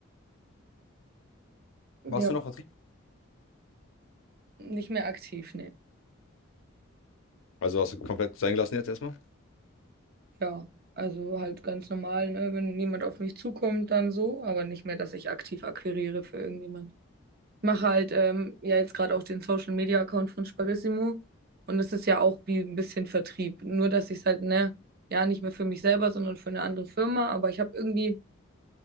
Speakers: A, on the right; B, on the left.
A: Ja.
B: Machst du noch Vertrieb?
A: Nicht mehr aktiv, ne?
B: Also hast du komplett sein gelassen jetzt erstmal?
A: Ja, also halt ganz normal, ne? Wenn niemand auf mich zukommt, dann so, aber nicht mehr, dass ich aktiv akquiriere für irgendjemand. Mache halt ähm, ja jetzt gerade auch den Social Media Account von Sparissimo und das ist ja auch wie ein bisschen Vertrieb, nur dass ich es halt, ne, ja, nicht mehr für mich selber, sondern für eine andere Firma, aber ich habe irgendwie